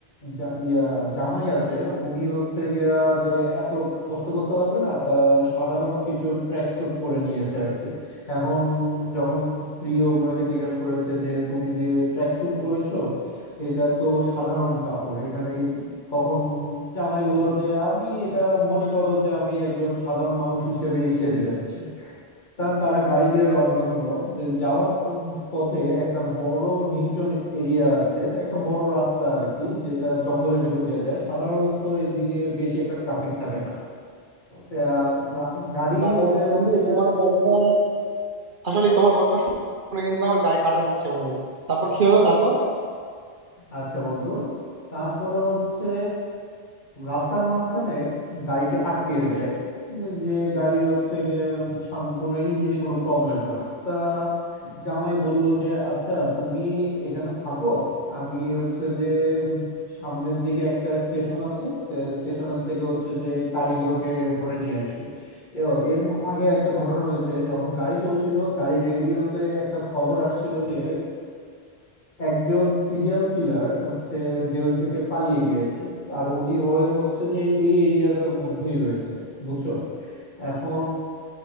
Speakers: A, on the left; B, on the right.
A: জা- ইয়া জামাই আছে উনি হচ্ছে গিয়া যে এত কষ্ট করতে পারবে না তা সাধারণ কিছু ট্র্যাক স্যুট পরে নিয়েছে আর কি এখন যখন স্ত্রী ওনাকে জিজ্ঞেস করেছে যে তুমি যে ট্র্যাক স্যুট পরেছো এটা তো সাধারণ কাপড় এখানে এই- তখন জামাই বলল যে আমি এটা মনে করো যে আমি একজন সাধারণ মানুষ হিসেবেই সেজে যাচ্ছি তা তারা গাড়ি দিয়ে রওনা হলো যে যাওয়ার প- পথে একটা বড় নির্জন এরিয়া আছে একটা বড় রাস্তা আর কি যেটা জঙ্গলের ভিতর দিয়ে যায় সাধারণত এদিকে বেশি একটা ট্রাফিক থাকে না তা, রা- গাড়ি
B: বাবা
A: ওদের
B: বন্ধু
A: হচ্ছে গিয়ে
B: তোমার গল্পটা আসলে তোমার গল্পটা শুনে কিন্তু আমার গায়ে কাটা দিচ্ছে বন্ধু তারপর কি হলো তারপর
A: আচ্ছা বন্ধু তারপরে হচ্ছে রাস্তার মাঝখানে গাড়িটা আটকে যায় এই যে গাড়ির হচ্ছে গিয়ে সামনে কোনো ইঞ্জিনে কোনো প্রবলেম হয় তা জামাই বলল যে আচ্ছা তুমি এখানে থাকো আমি হচ্ছে যে উম, সামনের দিকে একটা স্টেশন আছে স্টেশনের থেকে হচ্ছে যে কারিগরকে ধরে নিয়ে আসি এও এর ম- আগে একটা ঘটনা হয়েছে যখন গাড়ি চলছিল গাড়ি রেডিওতে একটা খবর আসছিল যে একজন সিরিয়াল কিলার হচ্ছে জেল থেকে পালিয়ে গিয়েছে আর উনি ওই হচ্ছে যে এই এরিয়াটার মধ্যেই রয়েছে বুঝছো এখন